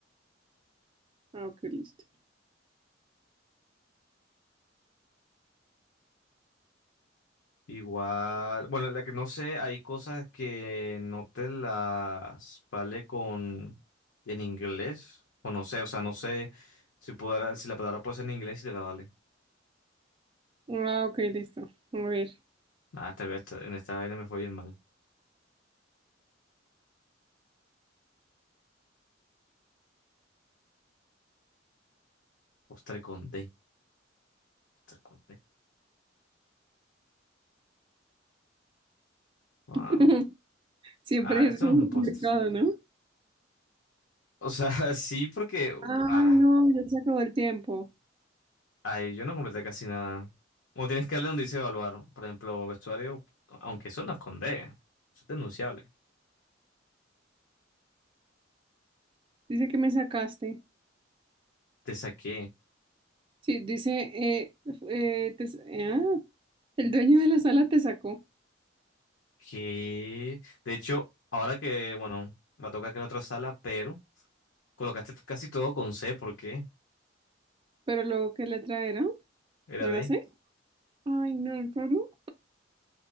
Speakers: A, on the right; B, on the left.
A: Ah, ok, listo.
B: Igual, bueno, la que no sé, hay cosas que no te las vale con en inglés, o no sé, o sea, no sé si pudiera, si la palabra puede ser en inglés y te la vale.
A: Ah, ok, listo. A ver.
B: Ah, esta, esta- en esta vaina me fue bien mal. Postre con D, postre con D. Ah,
A: <laughs> Siempre
B: ah,
A: es
B: esto
A: como
B: no es un postre.
A: complicado, ¿no?
B: O sea, <laughs> sí, porque,
A: Ay,
B: ah,
A: no, ya se acabó el tiempo.
B: ay, yo no completé casi nada. O tienes que darle donde dice evaluar, por ejemplo, vestuario, aunque eso no es con D, eso es denunciable.
A: Dice que me sacaste.
B: Te saqué.
A: Sí, dice, eh, eh, te- ah, el dueño de la sala te sacó.
B: Que, de hecho, ahora que, bueno, me toca que la otra sala, pero colocaste casi todo con C, ¿por qué?
A: Pero luego, ¿qué letra era?
B: Era
A: ¿No era
B: D.
A: C? Ay, no, en serio?